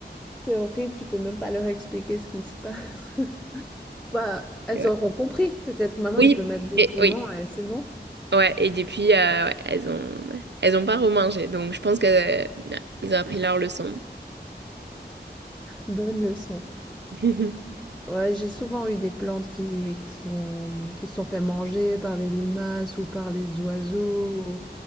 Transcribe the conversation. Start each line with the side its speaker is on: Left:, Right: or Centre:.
Centre: C'est horrible, tu peux même pas leur expliquer ce qui se passe. <laughs> Bah, elles
Right: Et ouais.
Centre: auront compris. Peut-être que maintenant,
Right: Oui,
Centre: ils peuvent mettre des
Right: et,
Centre: piments,
Right: oui,
Centre: et c'est bon.
Right: ouais. Et depuis, euh, ouais, elles ont elles ont pas remangé, donc je pense que euh, ouais, ils ont appris leur leçon.
Centre: Bonne leçon.
Right: <laughs>
Centre: Ouais, j'ai souvent eu des plantes qui, qui ont, qui se sont fait manger par les limaces ou par les oiseaux.